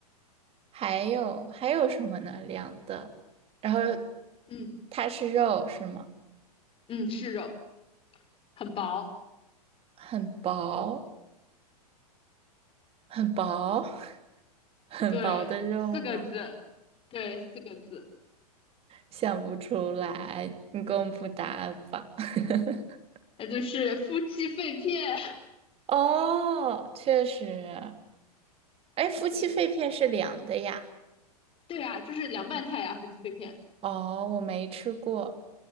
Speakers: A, on the right; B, on the left.
A: 还有还有什么呢？凉的，然后又
B: 嗯
A: 它是肉是吗？
B: 嗯，是肉，很薄，
A: 很薄，很薄，<laughs> 很薄的肉吗？
B: 对，四个字，对，四个字，
A: 想不出来，你公布答案吧。<laughs>
B: 那就是夫妻肺片，<laughs>
A: 哦，确实，哎，夫妻肺片是凉的呀。
B: 对对啊，就是凉拌菜呀、夫妻肺片
A: 哦，我没吃过。